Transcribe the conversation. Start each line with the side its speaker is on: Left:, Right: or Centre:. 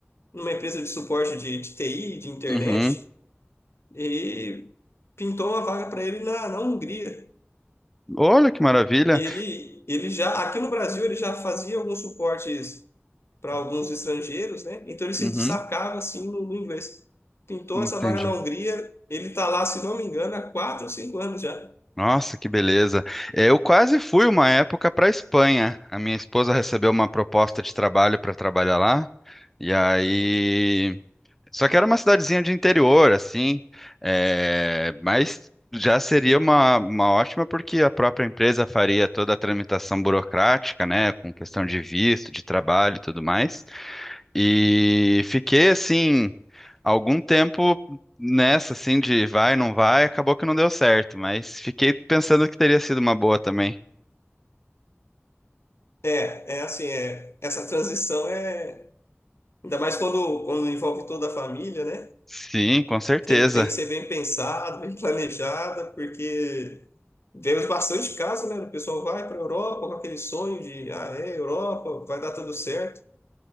Left: numa empresa de suporte de, de TI, de internet,
Centre: uhum.
Left: e pintou uma vaga para ele na, na Hungria.
Centre: Olha que maravilha.
Left: Ele, ele já, aqui no Brasil, ele já fazia alguns suportes para alguns estrangeiros, né? Então ele se
Centre: Uhum,
Left: destacava assim no, no inglês. Pintou
Centre: entendi.
Left: essa vaga na Hungria, ele está lá, se não me engano, há quatro ou cinco anos já.
Centre: Nossa, que beleza. É, Eu quase fui uma época para Espanha. A minha esposa recebeu uma proposta de trabalho para trabalhar lá. E aí. Só que era uma cidadezinha de interior, assim. é, Mas já seria uma, uma ótima, porque a própria empresa faria toda a tramitação burocrática, né? Com questão de visto, de trabalho e tudo mais. E fiquei assim, algum tempo nessa, assim, de vai, não vai, acabou que não deu certo, mas fiquei pensando que teria sido uma boa também.
Left: É, é assim, é, essa transição é. Ainda mais quando, quando envolve toda a família, né?
Centre: Sim, com certeza.
Left: Tem, tem que ser bem pensada, bem planejada, porque vemos bastante casos, né? O pessoal vai para a Europa com aquele sonho de, ah, é, Europa, vai dar tudo certo,